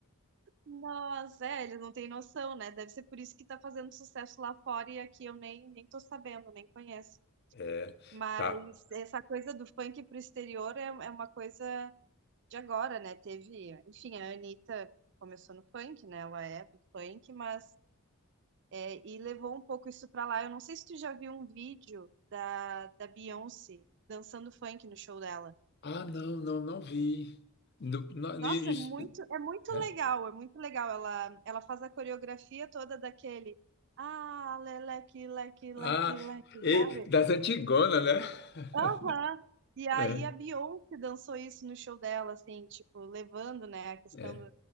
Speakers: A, on the right; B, on the left.
A: Nossa, é, eles não têm noção, né? Deve ser por isso que tá fazendo sucesso lá fora e aqui eu nem, nem tô sabendo, nem conheço.
B: É,
A: Mas
B: tá.
A: essa coisa do funk pro exterior é, é uma coisa de agora, né? Teve, enfim, a Anitta começou no funk, né? Ela é do funk, mas É, e levou um pouco isso pra lá. Eu não sei se tu já viu um vídeo da, da Beyoncé dançando funk no show dela.
B: Ah, não, não, não vi. No- na- ni-
A: Nossa,
B: isso-
A: é muito, é muito
B: é.
A: legal, é muito legal. Ela, ela faz a coreografia toda daquele. Ah, leleque, leque, leque,
B: Ah,
A: leque,
B: e
A: sabe?
B: das Antigonas, né? <laughs>
A: Aham. E aí
B: É,
A: a Beyoncé dançou isso no show dela, assim, tipo, levando, né, a questão
B: é,